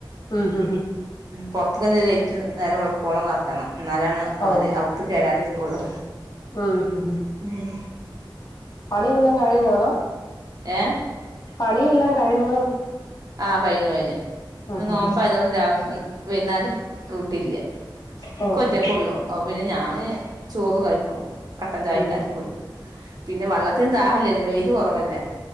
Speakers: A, on the left (about 50°); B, on the right (about 50°).
A: ഉം ഹും ഹും
B: പുറത്ത്ക്ക്ല്ല ലെയ്റ്റ് നേരം വെൾക്കോളം കത്തണം ന്നാലാണ്
A: ഓ
B: അവര് അവ്ത്ത് കേരാതിരിക്കൊള്ളൂ
A: ഉം ഹ് ഹ്
B: മ്മ്
A: പണിയെല്ലാം കഴിഞ്ഞ അതോ
B: ഏ
A: പണിയെല്ലാം കഴിഞ്ഞോ
B: ആ കഴിഞ്ഞു കഴിഞ്ഞു ഇന്ന്
A: ഉം ഹ്
B: നോമ്പ്
A: ഹ്
B: ആയത്കൊണ്ട് രാവിൽ ന്ന് വെയ്ന്നാരത്തെ ഡൂട്ടില്ല ൻക്ക്
A: ഓ
B: ഒറ്റക്കാെള്ളു
A: ഹോ
B: അപ്പ പിന്നെ ഞാന് ചോറ് കഴിക്കും കട്ടൻ ചായണ്ടാക്കി
A: ഉം ഹ്
B: ക കൊട്ക്കും പിന്നെ വള്ളത്തിന് ദാഹല്യല്ലോ വെ ത് കൊറവല്ലേ